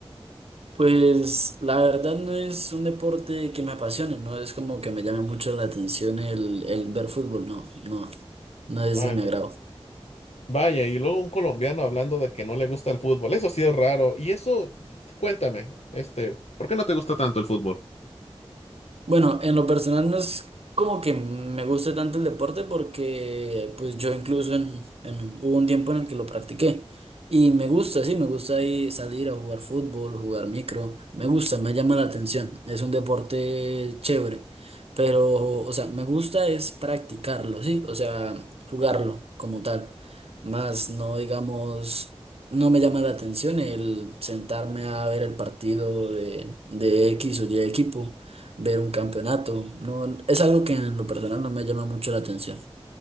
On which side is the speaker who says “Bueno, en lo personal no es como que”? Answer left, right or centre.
Right